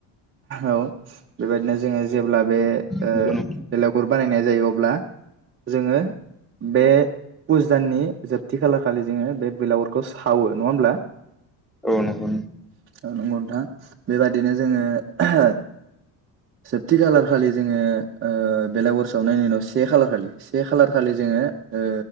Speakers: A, on the right (about 30°); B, in the centre.
A: औ बेबायदिनो जोङो जेब्ला बे ओ
B: नंगौ नोंथां
A: बेलागुर बानायनाय जायो अब्ला जोङो बे फुस दाननि जोब थि खालार खालि जोङो बे बेलागुरखौ सावो। नङा होमब्ला?
B: औ नंगौ
A: औ नंगौ नोंथां‌ बेबादिनो जोङो जोबथि खालार खालि जोङो ओ बेलागुर सावनायनि उनाव से खालार खालि से खालार खालि जोङो ओ